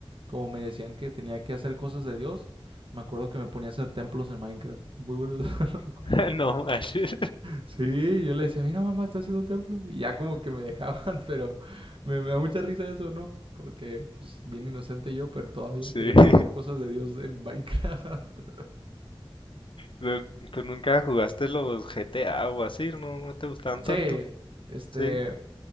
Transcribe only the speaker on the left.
<laughs> No manches.
Sí.
<laughs>
¿Tú tú nunca jugaste los GTA o así? ¿No, no te gustaban
tanto?
Sí.